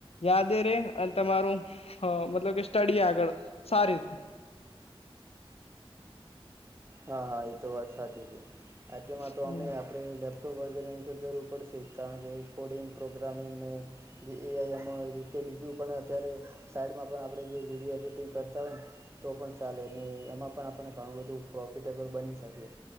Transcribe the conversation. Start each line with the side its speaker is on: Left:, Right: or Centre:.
Left: યાદે રે અન તમારું અ મતલબ કે સ્ટડી આગળ સારી રે
Right: હા હા એતો વાત સાચી છે, આતો માતો
Left: હમ
Right: અમે આપડે લેપટોપ વગેરે તો જરૂર પડશે જ કારણ કે કોડિંગ પ્રોગ્રામિંગ ને જે એ આઈ અને બીજું પણ અત્યારે સાઈડમાં પણ આપડે જે વિડીયો એડિટિંગ કરતા <unintelligible> તો પણ ચાલે ને એમાં પણ આપણને ધણું બધું પ્રો ફિટેબલ બની શકીએ